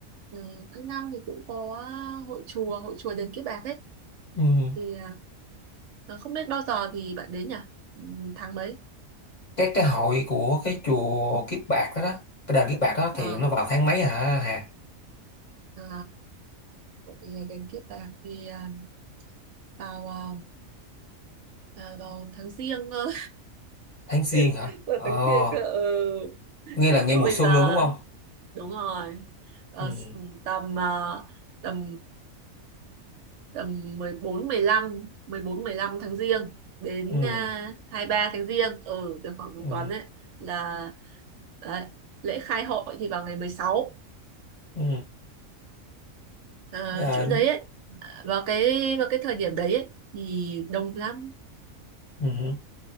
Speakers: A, on the right (about 65°); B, on the left (about 40°).
A: ờ, các năm thì cũng có hội chùa hội chùa đền Kiếp Bạc ấy
B: ừ
A: thì ờ, không biết bao giờ thì bạn đến nhỉ Ừ, tháng mấy
B: cái cái hội của cái chùa Kiếp Bạc đó, đó cái đền Kiếp Bạc đó
A: Ờ,
B: thì nó vào tháng mấy hả Hà
A: ờ, hội đền Kiếp Bạc thì ờ, vào à, à, vào tháng riêng cơ
B: Tháng Giêng
A: <laughs>
B: hả?
A: vào
B: Ờ,
A: tháng riêng cơ ừ
B: nghe là ngay
A: Rồi
B: mùa
A: bây
B: xuân
A: giờ
B: luôn đúng không?
A: đúng rồi Ờ,
B: Ừ,
A: s- tầm à, tầm tầm mười bốn mười lăm mười bốn mười lăm tháng giêng đến
B: ừ,
A: à, hai ba tháng giêng ừ được khoảng một
B: ừ,
A: tuần đấy là đấy, lễ khai hội thì vào ngày 16
B: ừ.
A: Ờ,
B: À,
A: chỗ đấy ấy, vào cái vào cái thời điểm đấy ấy, thì đông lắm
B: ừ.